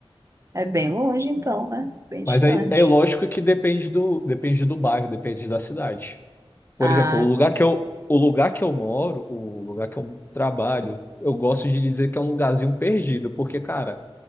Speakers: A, on the right (about 30°); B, on the left (about 20°).
A: é bem longe então, né? Bem distante.
B: Mas aí é lógico que depende do, depende do bairro, depende da cidade. Por
A: Ah,
B: exemplo, o lugar
A: tá.
B: que eu, o lugar que eu moro, o lugar que eu trabalho, eu gosto de dizer que é um lugarzinho perdido, porque, cara,